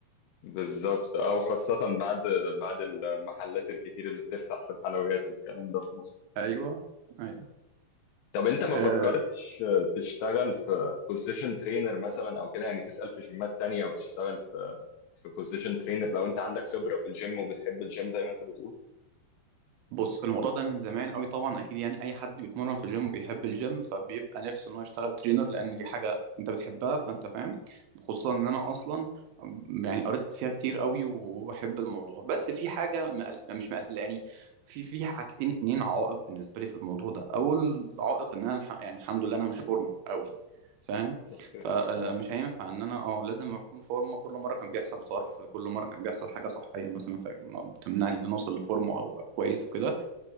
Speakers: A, on the left; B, on the right.
A: بالظبط اه وخاصة بعد بعد المحلات الكتير اللي بتفتح في الحلويات والكلام ده في مصر
B: ايوه ايوه
A: طب انت ما
B: آه،
A: فكرتش تشتغل في بوزيشن ترينر مثلا او كده يعني تسأل في جيمات تانية وتشتغل في في بوزيشن ترينر لو انت عندك خبرة في الجيم وبتحب الجيم زي ما انت بتقول
B: بص الموضوع ده من زمان قوي طبعا اكيد يعني اي حد بيتمرن في الجيم وبيحب الجيم فبيبقى نفسه ان هو يشتغل ترينر لان دي حاجه انت بتحبها فانت فاهم خصوصا ان انا اصلا يعني قريت فيها كتير قوي وبحب الموضوع بس في حاجه مقل... مش مقلقاني في في حاجتين اتنين عوائق بالنسبه لي في الموضوع ده اول عائق ان انا الح... يعني الحمد لله انا مش فورمه قوي فاهم
A: اوكي
B: فمش
A: اه
B: هينفع ان انا اه لازم اكون فورمه كل مره كان بيحصل ظرف كل مره كان بيحصل حاجه صحيه مثلا فبتمنعني ان انا اوصل لفورمه او ابقى كويس وكده